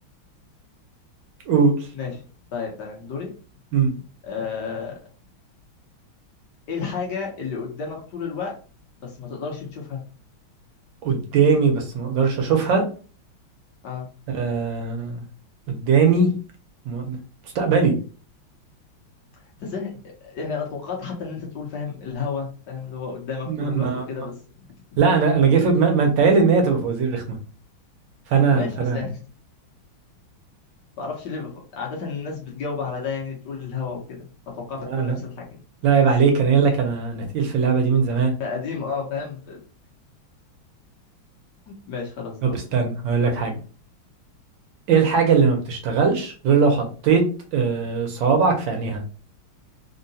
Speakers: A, on the right (about 70°); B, on the left (about 65°).
A: قول
B: <laughs> ماشي طيب تمام دوري
A: مم.
B: آه ايه الحاجة اللي قدامك طول الوقت بس ما تقدرش تشوفها
A: قدامي بس ما اقدرش اشوفها
B: اه
A: آه... قدامي ما- مستقبلي
B: انت ازاي يعني انا توقعت حتى ان انت تقول فاهم الهوا فاهم اللي هو قدامك
A: ما...
B: طول
A: ما...
B: الوقت وكده
A: ما...
B: بس
A: لا انا انا جاي في
B: ماشي
A: دماغي ما انت قايل ان هي تبقى فوازير رخمه فانا
B: ماشي،
A: فانا
B: بس يعني ما اعرفش ليه بف- عادة الناس بتجاوب على ده يعني بتقول الهوا وكده فتوقعتك
A: لا
B: تقول
A: لا
B: نفس الحاجة
A: لا عيب
B: بس
A: عليك انا قايل لك انا انا تقيل في اللعبه دي من زمان
B: لا قديم اه فاهم ماشي خلاص
A: طب
B: دورك
A: استنى هقول لك حاجه ايه الحاجه اللي ما بتشتغلش غير لو حطيت آه، صوابعك في عينيها